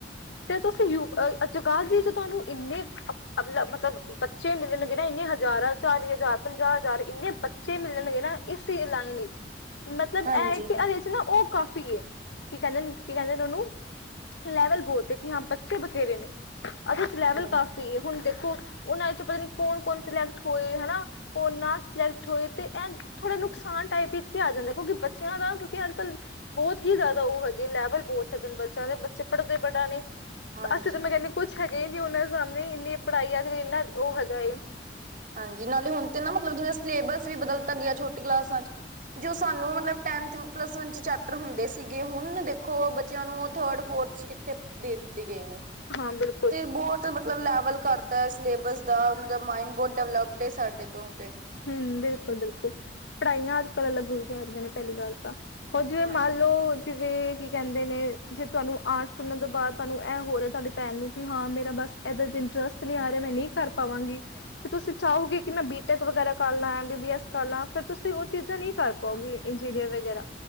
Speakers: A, on the left; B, on the right.
A: ਤੇ ਤੁਸੀ ਯੂਪ ਅ-ਅ-ਚ ਜਗਾਦੀ ਤੁਆਨੂੰ ਈਨੇ ਅਪ-ਅਲਪ ਮਤਲਬ ਬੱਚੇ ਮਿਲਜਣਗੇ ਨਾ, ਈਨੇ ਹਜ਼ਾਰਾਂ, ਚਾਲੀ ਹਜ਼ਾਰ, ਪੰਜਾਹ ਹਜ਼ਾਰ, ਇੰਨੇ ਬੱਚੇ ਮਿਲਜਣਗੇ ਨਾ ਇਸੀ ਈ ਲਾਈਨ ਚ ਮਤਲਬ
B: ਹਾਂਜੀ।
A: ਐਏ ਕਿ ਐਦੇ 'ਚ ਨਾ ਓ ਕਾਫੀ ਏ। ਕੀ ਕੈਨਦੇ ਨ, ਕੀ ਕੈਨਦੇ ਨੇ ਓਨੂੰ? ਲੈਵਲ ਬੋਲਦੇ ਕਿ ਹਾਂ ਬੱਚੇ ਬਥੇਰੇ ਨੇ। ਐਦੇ ਚ ਲੈਵਲ
B: ਹੂੰ।
A: ਕਾਫ਼ੀ ਏ, ਹੁਣ ਦੇਖੋ ਉਨਾ 'ਚ ਪਤਾ ਨੀ ਕੌਣ-ਕੌਣ ਸਿਲੈਕਟ ਹੋਏ, ਹ ਨਾ। ਓ ਨਾ ਸਿਲੈਕਟ ਹੋਏ, ਤੇ ਏ ਥੋੜ੍ਹੇ ਨੁਕਸਾਨ ਟਾਈਪ ਵਿਚ ਆ ਜਾਂਦਾ ਹੈ, ਕਿਉਂਕਿ ਬੱਚਿਆਂ ਦਾ ਕਿਉਂਕਿ ਅੱਜ-ਕੱਲ੍ਹ ਬੋਤ ਹੀ ਜਿਆਦਾ ਓ ਹੈਗੇ ਲੈਵਲ ਬੋਤ ਹੈਗੇ ਨੇ ਬੱਚਿਆਂ ਦੇ ਬੱਚੇ ਪੜ੍ਹਦੇ ਬੜਾ ਨੇ।
B: ਹਾਂਜੀ,
A: ਅਸੀਂ ਤਾਂ ਮੈਂ ਕੇਆ, ਕੁਛ ਹੈਗੇ ਈ ਨੀ ਓਨਾਂ ਸਾਮਨੇ, ਏਨੀ ਪੜ੍ਹਾਈ ਆਜੇ, ਏਨਾ ਓ ਹੈਗਾ ਏ
B: ਹਾਂਜੀ, ਨਾਲੇ ਹੁਨ ਤੇ ਨਾ ਮਤਲਬ ਜਿਵੇਂ ਸਿਲੇਬਸ ਵੀ ਬਦਲਤਾ ਗਿਆ ਛੋਟੀ ਕਲਾਸਾਂ ਚ। ਜੋ ਸਾਨੂੰ ਮਤਲਬ ਟੈਨਥ, ਪਲੱਸ-ਵਨ ਚ ਚੈਪਟ ਹੁੰਦੇ ਸੀਗੇ, ਹੁਨ ਦੇਖੋ ਬੱਚਿਆਂ ਨੂੰ ਓ ਥਰਡ-ਫੋਰਥ ਚ <unintelligible> ਦੇ ਦਿੱਤੇ ਗੇ ਨੇ।
A: ਹਾਂ, ਬਿਲ
B: ਤੇ ਬੋਤ ਮਤਲਬ ਲੈਵਲ ਕਰ ਤਾ ਸਿਲੇਬਸ ਦਾ ਓਨਾਂ ਦਾ ਮਾਇੰਡ ਬੋਤ ਡਿਵਲਪਡ ਏ ਸਾਡੇ ਤੋਂ ਤੇ।
A: ਹੂੰ, ਬਿਲਕੁਲ-ਬਿਲਕੁਲ ਪੜ੍ਹਾਈਆਂ ਅੱਜ-ਕੱਲ ਅਲੱਗ ਹੋ ਜਾ ਰੀਆ ਨੇ ਪੈਲੀ ਗੱਲ ਤਾਂ। ਓ ਜਿਵੇਂ
B: ਹਾਂਜੀ,
A: ਮੰਨ ਲੋ ਜਿਵੇਂ ਕੀ ਕੈਦੇ ਨੇ, ਜੇ ਤਹਾਨੂੰ ਆਟਸ ਸੁਨਣ ਤੋਂ ਬਾਦ ਤਾਨੂੰ ਐ ਹੋ ਰੇਆ ਤਾਡੇ ਭੈਣ ਨੂੰ ਕਿ ਹਾਂ ਮੇਰਾ ਬਸ ਏਦਾਂ ਦੇ ਇੰਟਰਸਟ ਨੀ ਆ ਰੇਆ, ਮੈਂ ਨੀ ਕਰ ਪਾਵਾਂਗੀ, ਤੇ ਤੁਸੀਂ ਚਾਓਗੇ ਕੀ ਮੈਂ ਬੀਟੈਕ ਵਗੈਰਾ ਕਰਲਾ ਐ, ਬੀ ਐਮ-ਬੀ-ਬੀ-ਐਸ ਕਰਲਾ, ਫੇਰ ਤੁਸੀਂ ਓ ਚੀਜ਼ਾਂ ਨੀ ਕਰ ਪਾਓਗੇ, ਇੰਜੀਨੀਅਰ ਵਗੈਰਾ।